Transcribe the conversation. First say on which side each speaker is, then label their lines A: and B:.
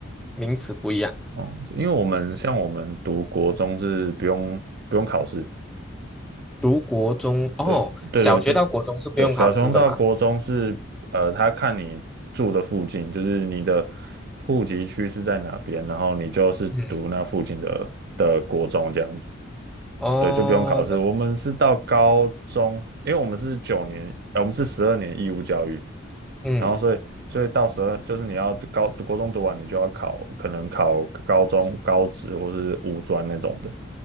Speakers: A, in the centre; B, on the right.
A: 名词不一样。
B: 哦，因为我们像我们读国中是不用不用考试，
A: 读国中哦，
B: 对对对，
A: 小学到国中是不用考试的嘛？
B: 就对小熊到国中是呃，他看你住的附近，就是你的户籍区是在哪边，然后你就是读那附近的的国中这样子，
A: 嗯，哦，
B: 对，就不用考试。
A: 那
B: 我们是到高中，因为我们是九年，呃，我们是十二年义务教育，
A: 嗯，
B: 然后所以所以到十二，就是你要高国中读完，你就要考，可能考高中、高职或是五专那种的。